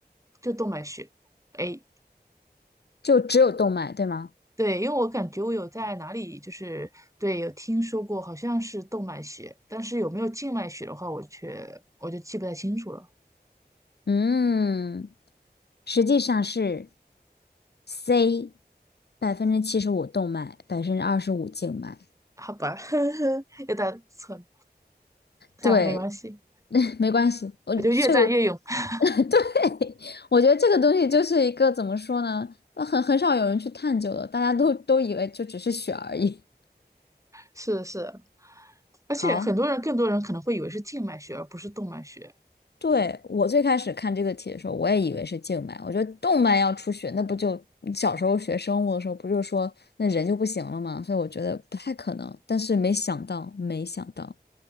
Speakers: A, on the right; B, on the left.
A: 就动脉血。哎，
B: 就只有动脉，对吗？
A: 对，因为我感觉我有在哪里就是对有听说过，好像是动脉血，但是有没有静脉血的话，我却我就记不太清楚了。
B: 嗯，实际上是 C 百分之七十五动脉，百分之二十五静脉。
A: 好吧，<laughs> 又答错了，算了，
B: 对，
A: 没关系，
B: <laughs> 没关系，我这个
A: 我就越战越勇。<laughs>
B: <laughs> 对，我觉得这个东西就是一个怎么说呢，很很少有人去探究的，大家都都以为就只是血而已。
A: 是是，
B: <laughs>
A: 而且很多人，
B: 好。
A: 更多人可能会以为是静脉血，而不是动脉血。
B: 对，我最开始看这个题的时候，我也以为是静脉。我觉得动脉要出血，那不就小时候学生物的时候，不就说那人就不行了吗？所以我觉得不太可能。但是没想到，没想到，